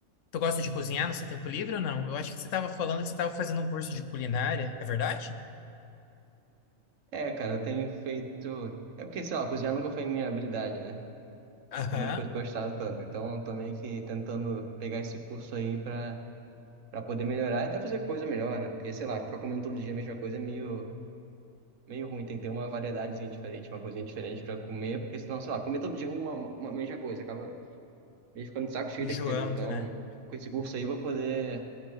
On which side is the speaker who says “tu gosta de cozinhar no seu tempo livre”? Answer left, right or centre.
Left